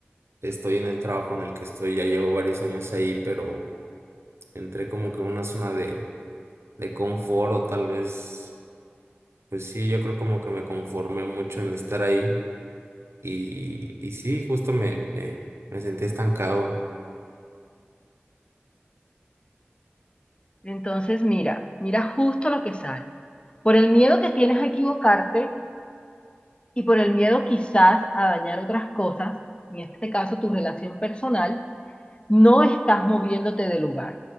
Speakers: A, on the right (about 80°); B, on the left (about 25°).
A: estoy en el trabajo en el que estoy, ya llevo varios años ahí, pero entré como que en una zona de, de confort o tal vez, pues sí, yo creo como que me conformé mucho en estar ahí y, y sí, justo me, me, me sentí estancado.
B: Entonces mira, mira justo lo que sale. Por el miedo que tienes a equivocarte y por el miedo quizás a dañar otras cosas, en este caso tu relación personal, no estás moviéndote de lugar